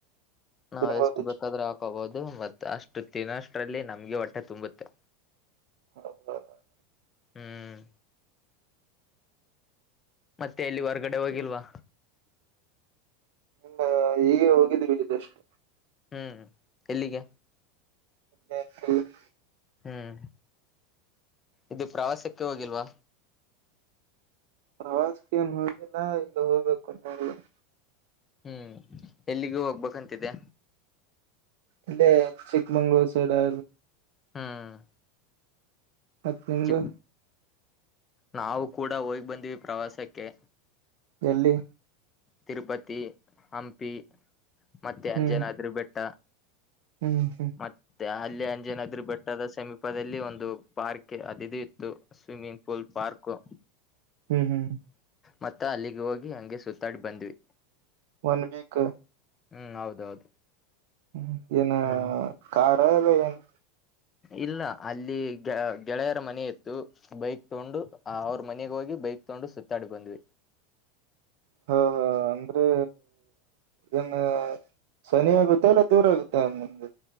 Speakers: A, on the left (about 25°); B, on the right (about 60°).
A: ನಾವ
B: ತಿನ್ಬೋದು
A: ಎಷ್ಟು ಬೇಕಾದ್ರೆ ಹಾಕೋಬಹುದು ಮತ್ ಅಷ್ಟು ತಿಿನೋಷ್ಟರಲ್ಲಿ ನಮ್ಗೆ ಒಟ್ಟೆ ತುಂಬುತ್ತೆ
B: <inaudible>
A: ಹ್ಮ್ ಮತ್ತೆ ಎಲ್ಲಿ ಹೊರ್ಗಡೆ ಹೋಗಿಲ್ವಾ
B: ಹ ಹೀಗೆ ಹೋಗಿದ್ವಿ ಇದದೆಷ್ಟು
A: ಹ್ಮ್ ಎಲ್ಲಿಗೆ
B: ಸ <inaudible>
A: ಹ್ಮ್ ಇದು ಪ್ರವಾಸಕ್ಕೆ ಹೋಗಿಲ್ವಾ
B: ಪ್ರವಾಸಕ್ಕೆೇಏನು ಹೋಗಿಲ್ಲ ಈಗ ಹೋಗ್ಬೇಕು ಅ <inaudible>
A: ಹ್ಮ್ ಎಲ್ಲಿಗೂ ಹೋಗ್ಬೇಕಂತಿದೆ
B: ಇಲ್ಲೇ ಚಿಕ್ಕಮಂಗ್ಳೂರು ಸೈಡ್ ಆ
A: ಹ್ಮ್
B: ಮತ್ ನಿಮ್ದು
A: ಚ ನಾವು ಕೂಡ ಹೋಗ್ ಬಂದಿವವಿ ಪ್ರವಾಸಕ್ಕೆ
B: ಎಲ್ಲಿ
A: ತಿರುಪತಿ ಹಂಪಿ ಮತ್ತೆ
B: ಹ್ಮ್
A: ಅಂಜನಾದ್ರ ಬೆಟ್ಟ
B: ಹ್ಮ್ ಹ್ಮ್
A: ಮತ್ತೆ ಅಲ್ಲಿ ಅಂಜನಾದ್ರಿ ಬೆಟ್ಟದ ಸಮೀಪದಲ್ಲಿ ಒಂದು ಪಾರ್ಕ್ ಅದು ಇದು ಇತ್ತು ಸ್ವಿಮ್ಮಿಂಗ್ ಪೂಲ್ ಪಾರ್ಕು
B: ಹ್ಮ್ ಹ್ಮ್
A: ಮತ್ತ ಅಲ್ಲಿಗೆ ಹೋಗಿ ಹಂಗೆ ಸುತ್ತಾಡಿ ಬಂದ್ವಿ
B: ಒನ್ ವೀಕ್
A: ಹ್ಮ್ ಹೌದೌದು
B: ಹ್ಮ ಏನ
A: ಹ್ಮ್
B: ಕಾರಾ ಇಲ್ಲ ಏನ್
A: ಇಲ್ಲ ಅಲ್ಲಿ ಗೆಳೆಯರ ಮನೆ ಇತ್ತು ಬೈಕ್ ತಗೊಂಡು ಅವ್ರ ಮನೆಗೆ ಹೋಗಿ ಬೈಕ್ ತೊಂಡು ಸುತ್ತಾಡಿ ಬಂದ್ವಿ
B: ಹಾ ಹಾ ಅಂದ್ರೆ ಏನ್ ಸನಿ ಆಗುತ್ತೆ ಇಲ್ಲ ದೂರ ಆಗುತ್ತೆ ನಮ್ಗೆ